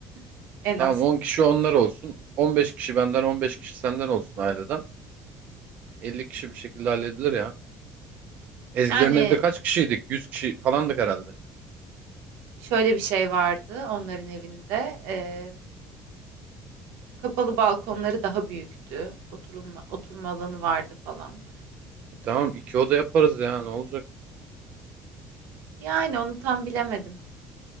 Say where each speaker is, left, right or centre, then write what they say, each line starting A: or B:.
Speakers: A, on the right; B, on the right.
A: <laughs> en
B: Tamam
A: az.
B: 10 kişi onlar olsun. 15 kişi benden 15 kişi senden olsun aileden. 50 kişi bir şekilde halledilir ya. Ezgilerin
A: Yani
B: evde kaç kişiydik? 100 kişi falandık herhalde.
A: şöyle bir şey vardı onların evinde. e, kapalı balkonları daha büyüktü. Oturulma, oturma alanı vardı falan.
B: E tamam iki oda yaparız ya ne olacak?
A: Yani onu tam bilemedim. <laughs>